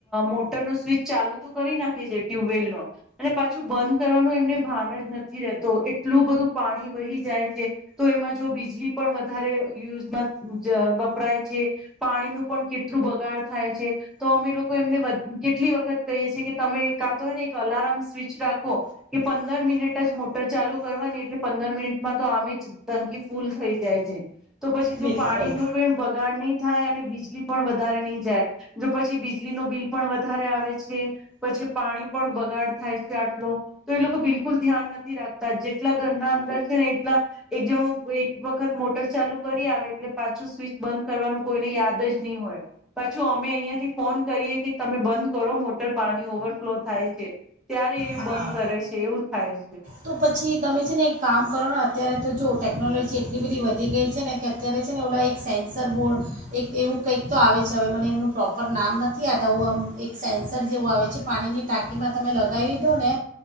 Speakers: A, in the centre; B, on the right.
A: મોટરનુ સ્વિચ ચાલુ તો કરી નાખે છે ટ્યુબવેલનો અને પાછું બંધ કરવાનું એમને ભાન જ નથી રહેતો એટલું બધું પાણી વહી જાય છે તો એમાં જો બીજલી પણ વધારે યુઝમાં વપરાય છે પાણીનું પણ કેટલું બગાડ થાય છે તો અમે લોકો એમને કેટલી વખત કહીએ છીએ કે તમે એક કા તોય ને એક અલાર્મ સ્વિચ રાખો કે પંદર મિનટ જ મોટર ચાલુ કરવાની એટલે પંદર મિનિટમાં તો આમ જ ટંકી ફૂલ થઈ જાય છે. તો પછી
B: બિલકુલ
A: જો પાણીનું બગાડ નહી થાય અને બીજલી પણ વધારે નહી જાય જો પછી બીજલીનુ બિલ પણ વધારે આવે છે પછી પાણી પણ બગાડ થાય છે આટલો તો એ લોકો બિલકુલ ધ્યાન નથી રાખતા જેટલા ઘરના અંદર છે ને એટલા એક જણ એક વખત મોટર ચાલુ કરી આવે એટલે પાછું સ્વિચ બંધ કરવાનું કોઈને યાદ જ નહી હોય પાછું અમે અહિયાં થી ફોન કરીએ કે તમે બંધ કરો મોટર પાણી ઓવરફ્લો થાય છે ત્યારે એ
B: હા
A: બંધ કરે છે એવું થાય છે.
B: તો પછી તમે છે ને એક કામ કરો ને અત્યારે તો જો ટેકનોલોજી એટલી બધી વધી ગઈ છે ને કે અત્યારે છે ને ઓલા એક સેન્સર બોર્ડ એક એવું કંઈક તો આવે છે હવે મને એમનું પ્રોપર નામ નથી યાદ આવું આમ એક સેન્સર જેવું આવે છે પાણીની ટાંકીમાં તમે લગાવી દો ને